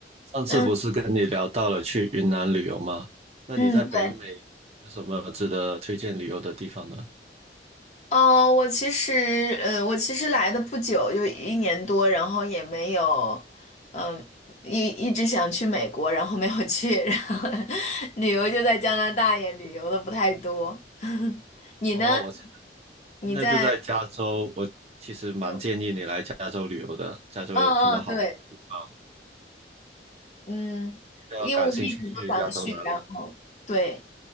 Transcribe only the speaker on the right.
上次不是跟你聊到了去云南旅游吗？
那你在北美
有什么值得推荐旅游的地方呢？
哦，我
现在住在加州，我其实蛮建议你来加州旅游的。
加州有很多好玩的地方，
比较感兴趣去加州哪里？